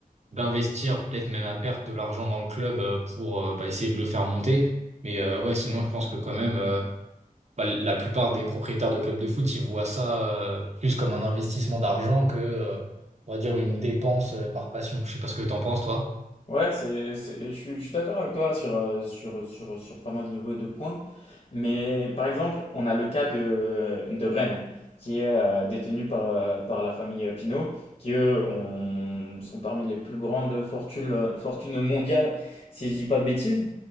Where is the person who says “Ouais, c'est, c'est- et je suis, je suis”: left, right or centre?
Left